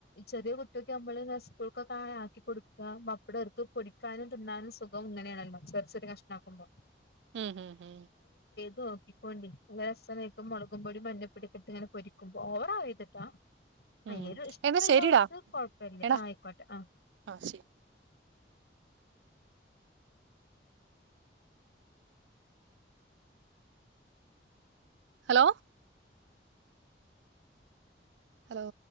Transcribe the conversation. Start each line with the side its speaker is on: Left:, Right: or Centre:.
Left: ചെറിയ കുട്ടിയൊക്കെ ആവുമ്പോ സ്‌കൂൾ ഒക്കെ ആക്കി കൊടുക്ക പപ്പട അവർക്ക് പൊടിക്കാനും തിന്നാനും സുഖം ഇങ്ങനെ ആണ ല്ലോ ചെറിയ ചെറിയ കഷ്ണമാക്കുമ്പോ
Right: ഉം ഉം ഉം
Left: നോക്കിക്കോണ്ടി രസം വയ്ക്കും മുളകും പൊടി മഞ്ഞ പ്പൊടി ഇട്ട് ഇങ്ങനെ പൊരിക്കുമ്പോ ഓവർ ആവരുതട്ടാ അയ്യെരു
Right: ഉം
Left: ഇഷ്ടമുള്ളവർക്ക്
Right: എന്നാ ശരിടാ
Left: കൊഴപ്പില്ലേ
Right: എടാ
Left: ആയിക്കോട്ടെ ആ
Right: ആഹ് ശരി ഹലോ ഹലോ